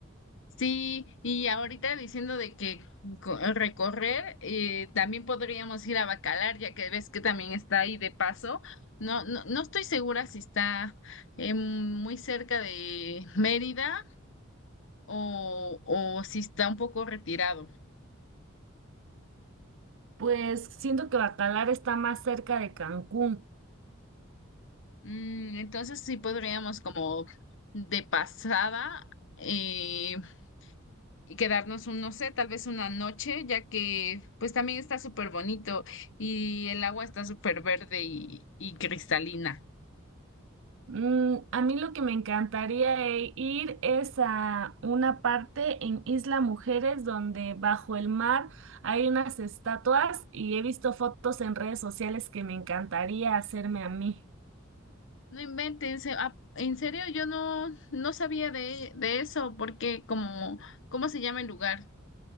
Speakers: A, on the left; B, on the right.
A: Sí, y ahorita diciendo de que co- recorrer, eh, también podríamos ir a Bacalar, ya que ves que también está ahí de paso. No, no, no estoy segura si está eh, muy cerca de Mérida o, o si está un poco retirado.
B: Pues siento que Bacalar está más cerca de Cancún.
A: Mm, entonces sí podríamos como de pasada eh, y quedarnos un, no sé, tal vez una noche, ya que pues también está súper bonito y el agua está súper verde y, y cristalina.
B: Mm, a mí lo que me encantaría e- ir es a una parte en Isla Mujeres donde bajo el mar hay unas estatuas y he visto fotos en redes sociales que me encantaría hacerme a mí.
A: No inventen, se- ah, en serio, yo no, no sabía de, de eso, porque como, ¿cómo se llama el lugar?